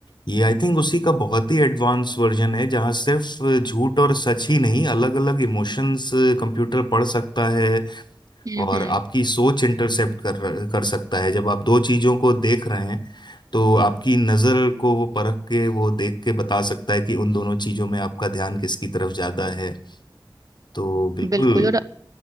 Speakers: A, on the left; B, on the right.
A: ये आई थिंक उसी का बहुत ही एडवांस वर्जन है जहाँ सिर्फ झूठ और सच ही नहीं अलग अलग इमोशंस कंप्यूटर पढ़ सकता है
B: हम्म
A: और
B: हम्म।
A: आपकी सोच इंटरसेप्ट कर कर सकता है जब आप दो चीजों को देख रहे हैं तो आपकी नजर को वो परख के वो देख के बता सकता है कि उन दोनों चीजों में आपका ध्यान किसकी तरफ ज्यादा है तो बिल्कुल
B: बिल्कुल और